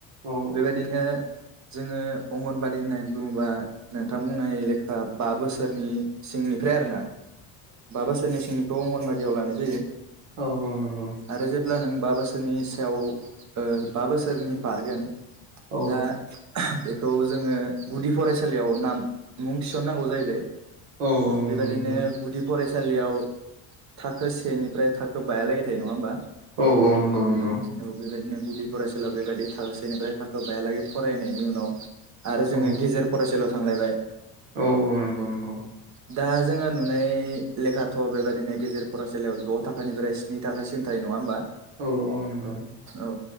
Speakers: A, on the right; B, on the right.
A: औ
B: बेबायदिनो जोङो अंगनबादि होननानै बुङोबा नोंथां बुंनाय लेखा बा बोसोरनि सिंनिफ्राय आरोना बा बोसोरनि सिंनिखौ अंगनबादियाव लानाय जायो।
A: औ औ नोंगौ
B: आरो जेब्ला नों बा बोसोरनि सायाव ओ बा बोसोरनि बारगोन
A: औ
B: दा बे खौ जोङो गुदि फरायसालियाव नाम मुं थिसननांगौ जाहैबाय
A: औ औ नंगौ
B: बेबायदिनो
A: नंगौ
B: गुदि फरायसालियाव थाखो सेनिफ्राय थाखो बायालागै थायो नङा होमबा?
A: औ औ नंगौ नंगौ
B: औ बेबायदिनो गुदि फरायसालियाव बेबायदि थाखोसेनिफ्राय थाखो बायालागै फरायनायनि उनाव आरो जोङो
A: औ
B: गेजेर फरायसालियाव थांलायबाय
A: औ औ नंगौ नंगौ
B: दा जोङो नुनाय लेखाथ' बेबादिनो गेजेर फरायसालियाव द' थाखोनिफ्राय स्नि थाखोसिम थायो नङा होमबा?
A: औ औ नंगौ
B: औ